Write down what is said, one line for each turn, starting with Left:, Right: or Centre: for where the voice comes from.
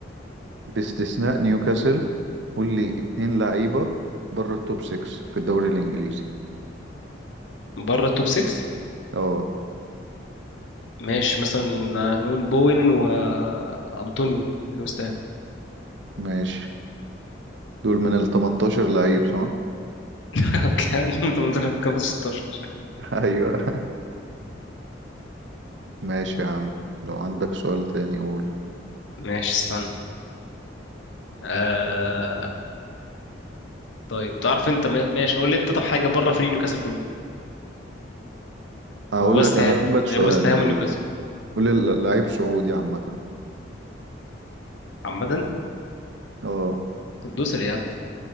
Right: باستثناء نيوكاسل قول لي اتنين لعيبة بره التوب 6 في الدوري الإنجليزي
Left: بره التوب 6
Right: اه
Left: ماشي مثلا نقول بوين وانطونيو من وست هام
Right: ماشي دول من ال 18 لعيب صح؟
Left: <laughs> اوكي أنا 18 في كام 16
Right: <laughs> أيوه ماشي يا عم لو عندك سؤال تاني قول
Left: ماشي استنى آه... طيب تعرف انت ما- ماشي قول لي انت طب حاجه بره فريق نيوكاسل كله
Right: هقول
Left: ووست
Right: لك أنا
Left: هام
Right: هقول لك سؤال
Left: غير وست هام
Right: والله
Left: ونيوكاسل
Right: قول لي لعيب سعودي عامة
Left: عامه
Right: اه
Left: الدوسري يا عم